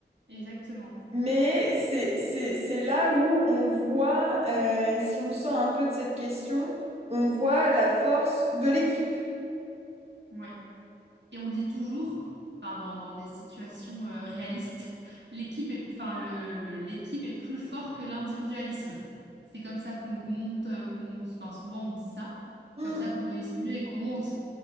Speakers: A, on the right (about 75°); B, on the right (about 35°).
A: Exactement.
B: Mais c'est, c'est, c'est là où on voit, euh, et si on sort un peu de cette question, on voit la force de l'équipe.
A: Ouais. Et on dit toujours, enfin dans, dans des situations euh, réalistes, l'équipe est, enfin le, le- l'équipe est plus fort que l'individualisme. C'est comme ça qu'on qu'on monte, euh, qu'on, enfin souvent on dit ça.
B: Hmm.
A: C'est comme ça qu'on réussit mieux et qu'on monte.